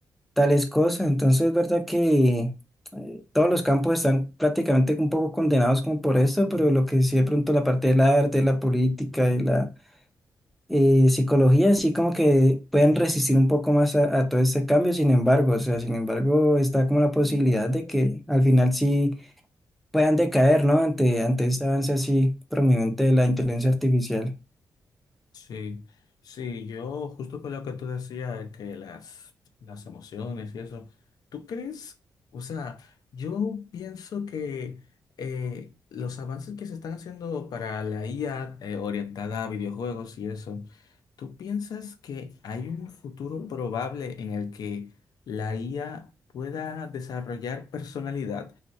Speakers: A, in the centre; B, on the left (about 75°).
A: tales cosas. Entonces, es verdad que eh, todos los campos están prácticamente un poco condenados como por esto, pero lo que sí de pronto la parte del arte, la política y la y psicología sí como que pueden resistir un poco más a, a todo este cambio, sin embargo, o sea, sin embargo está como la posibilidad de que al final sí puedan decaer, ¿no? Ante, ante este avance así prominente de la inteligencia artificial.
B: Sí, sí, yo justo con lo que tú decías, de que las, las emociones y eso, ¿tú crees? O sea, yo pienso que eh, los avances que se están haciendo para la IA eh, orientada a videojuegos y eso, ¿tú piensas que hay un futuro probable en el que la IA pueda desarrollar personalidad?